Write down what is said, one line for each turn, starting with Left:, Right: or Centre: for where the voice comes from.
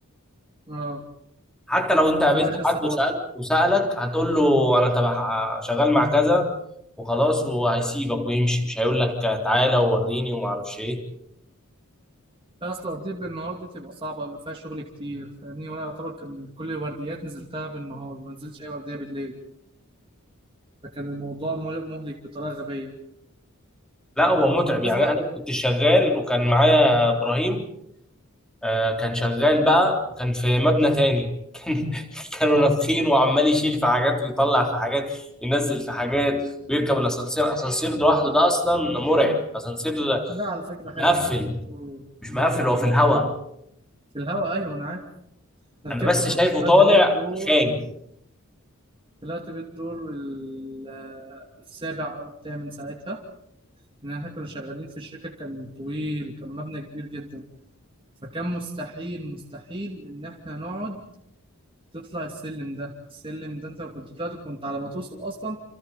Right: اه
Centre: حتى لو انت قابلت
Right: ففي الاخر سوحه
Centre: حد وسالت وسالك هتقول له انا تبع شغال مع كذا وخلاص وهيسيبك ويمشي مش هيقول لك تعالى ووريني وما اعرفش ايه
Right: لا، اصل ورديه بالنهار دي بتبقى صعبه بيبقى فيها شغل كتير فاهمني وانا يعتبر كان كل الورديات نزلتها بالنهار ما نزلتش اي ورديه بالليل فكان الموضوع مهلك مهلك بطريقه غبيه
Centre: لا هو متعب يعني
Right: بس بقى
Centre: انا كنت شغال وكان معايا ابراهيم آه، كان شغال بقى وكان في مبنى تاني <laughs> كانوا
Right: اه
Centre: نافخين وعمال يشيل في حاجات ويطلع في حاجات ينزل في حاجات ويركب الاسانسير اسانسير لوحده ده اصلا مرعب اسانسير
Right: ده على فكره
Centre: مش
Right: حلو
Centre: مقفل
Right: انا ركبته
Centre: مش
Right: انا
Centre: مقفل
Right: ركبته
Centre: هو في
Right: قبل
Centre: الهواء
Right: كده في الهوا ايوه انا عارف أنا
Centre: انا
Right: ركبته
Centre: بس
Right: كنت
Centre: شايفه
Right: طلعت
Centre: طالع
Right: بيه الدور
Centre: خايف
Right: طلعت بالدور ال- السابع او الثامن ساعتها ان احنا كنا شغالين في شركه كان طويل كان مبنى كبير جدا فكان مستحيل مستحيل ان احنا نقعد تطلع السلم ده السلم ده انت لو كنت طلعت كنت على ما توصل اصلا